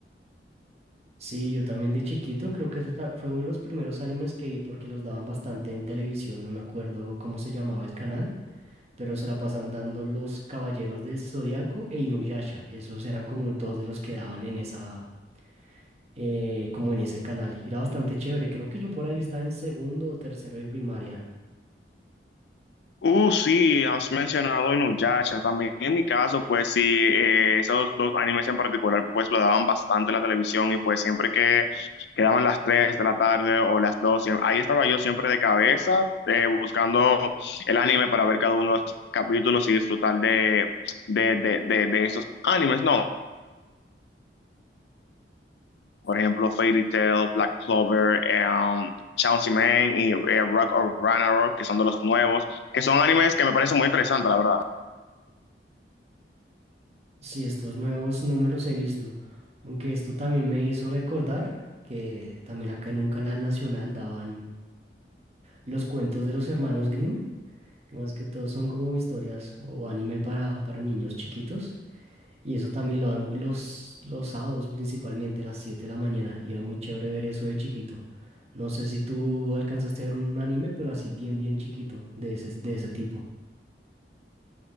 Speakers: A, on the right (about 35°); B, on the left (about 75°).
A: Sí, yo también de chiquito creo que ese ta- fue uno de los primeros animes que vi porque los daban bastante en televisión, no me acuerdo cómo se llamaba el canal, pero se la pasaban dando Los Caballeros del Zodiaco e Inuyasha. Esos eran como dos de los que daban en esa, eh, como en ese canal. Era bastante chévere, creo que yo por ahí estaba en segundo o tercero de primaria.
B: Uh, sí, has mencionado Inuyasha. También en mi caso, pues sí, eh, esos dos animes en particular, pues lo daban bastante en la televisión y pues siempre que quedaban las 3 de la tarde o las 2 siem- ahí estaba yo siempre de cabeza eh, buscando el anime para ver cada uno de los capítulos y disfrutar de, de, de, de, de esos animes, ¿no? Por ejemplo, Fairy Tail, Black Clover, um, Chainsaw Man y eh, Rock of Ragnarok, que son de los nuevos, que son animes que me parecen muy interesantes, la verdad.
A: Sí, estos nuevos no me los he visto, aunque esto también me hizo recordar que también acá en un canal nacional daban los cuentos de los hermanos Green, más que todo son como historias o anime para, para niños chiquitos, y eso también lo dan los, los sábados principalmente a las 7 de la mañana, y era muy chévere ver eso de chiquito. No sé si tú alcanzaste a ver un anime, pero así bien, bien chiquito, de ese, de ese tipo.